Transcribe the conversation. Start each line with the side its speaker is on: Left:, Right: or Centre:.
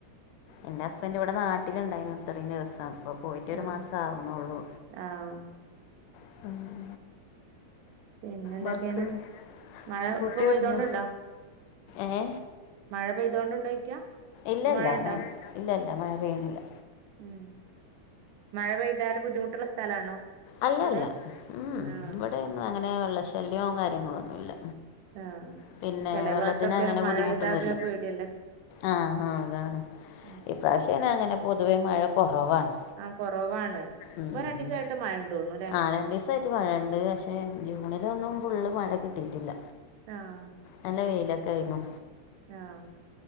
Left: എന്റെ ഹുസ്ബൻഡ് ഇവിടെ നാട്ടിലുണ്ടായിന് ഇത്രം ദിവസം ഇപ്പ പോയിട്ടൊരു
Right: ആഹ്
Left: മാസം ആവണള്ളൂ
Right: ആഹ്
Left: <inaudible>
Right: പിന്നെ എന്തൊക്കെയാണ്
Left: മക്കള്
Right: മഴ
Left: കുട്ടി
Right: ഇപ്പൊ പെയ്തോണ്ടുണ്ടോ
Left: ഉറങ്ങിയോ. ഏ
Right: മഴ പെയ്തോണ്ടുണ്ടോയ്ക്കാ
Left: ഇല്ലല്ല
Right: ഇപ്പൊ മഴ ഉണ്ടോ
Left: മ ഇല്ലല്ല മഴ പെയ്യ്ന്നില്ല
Right: ഉം. മഴ പെയ്താല് ബുദ്ധിമുട്ട്ള്ള സ്ഥലാണോ
Left: അല്ലല്ല
Right: അവിടെ
Left: ഉം.
Right: ആഹ്
Left: ഇവിടെന്നും അങ്ങനെ വെള്ള ശല്യവും കാര്യങ്ങളൊന്നുമില്ല.
Right: ആഹ്
Left: പിന്നെ
Right: ചില
Left: വെള്ളത്തിന്
Right: ഭാഗത്തൊക്കെ
Left: അങ്ങനെ
Right: മഴ
Left: ബുദ്ധിമുട്ടും
Right: പെയ്താ
Left: വരില്ല
Right: പിന്നെ പേടിയല്ലേ
Left: ആഹ് ആഹ് അതാണ്
Right: ഉം
Left: പ്രാവശ്യന അങ്ങനെ പൊതുവേ മഴ കുറവാണ്
Right: ആഹ് കുറവാണ്
Left: ഉം
Right: ഇപ്പൊ രണ്ടു
Left: ഉം
Right: ദിവസമായിട്ട് മഴ ഉണ്ടോണു അല്ലേ
Left: ആഹ് രണ്ട് ദിവസ മഴയുണ്ട് പക്ഷെ ജൂണിലൊന്നും ഫുള്ള് മഴ കിട്ടിയിട്ടില്ല
Right: ആഹ്
Left: നല്ല വെയിലൊക്കെ ആയിരുന്നു
Right: ആഹ്